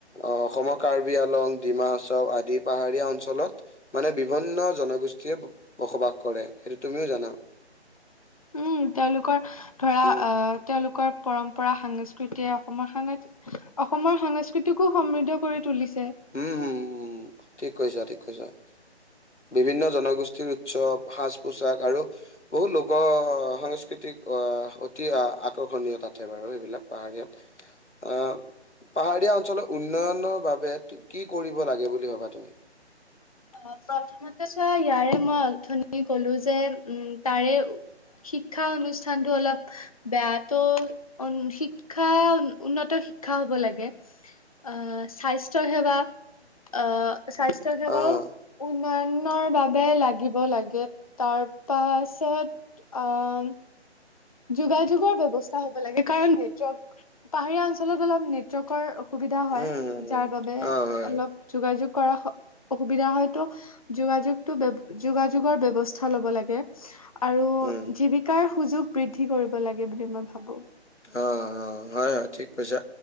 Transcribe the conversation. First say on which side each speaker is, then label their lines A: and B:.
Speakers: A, on the left; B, on the left.
A: অ অসমৰ কাৰ্বি আলং ডিমা হাছাও আদি পাহাৰীয়া অঞ্চলত মানে বিভিন্ন জনগোষ্ঠীয়ে বসবাস কৰে। সেইটো তুমিও জানা।
B: উম তেওঁলোকৰ ধৰা
A: উম,
B: অ তেওঁলোক- পৰম্পৰা সংস্কৃতিয়ে অসমৰ সাং অসমৰ সংস্কৃতিকো সমৃদ্ধ কৰি তুলিছে।
A: উম ঠিক কৈছা, ঠিক কৈছা বিভিন্ন জনগোষ্ঠীৰ উৎসৱ সাজ পোচাক আৰু বহুত লোকৰ সংস্কৃতিক আহ অতি আকৰ্ষণীয়। নীয় তাতে বাৰু সেইবিলাক পাহাৰীয়াত আহ পাহাৰীয়া অঞ্চলৰ উন্নয়নৰ বাবে কি কৰিব লাগে বুলি ভাবা তুমি?
B: অ প্ৰথমতে চোৱা ইয়াৰে মই অথনি কলো যে উম তাৰে শিক্ষা অনুষ্ঠানতটো অলপ বেয়া তো উ শিক্ষা উন্নত শিক্ষা হ'ব লাগে। আহ স্বাস্থ্য সেৱা, আহ স্বাস্থ্য সেৱাও
A: আহ
B: উন্নয়নৰ বাবে লাগিব লাগে তাৰ পাছত। আহ যোগাযোগৰ ব্যৱস্থা হ'ব লাগে কাৰণ নেটৱৰ্ পাহাৰীয়া অঞ্চলত অলপ নেটৱৰ্কৰ সুবিধা হয়
A: উম
B: যাৰ
A: উম
B: বাবে
A: অ হয়
B: অলপ যোগাযোগ কৰা অসুবিধা হয়। যোগাযোগটো, যোগাযোগৰ ব্যৱস্থা লব লাগে। আৰু
A: উম
B: জীৱিকাৰ সুযোগ বৃদ্ধি কৰিব লাগে বুলি মই ভাবোঁ।
A: অ, অ হয়, হয় ঠিক কৈছা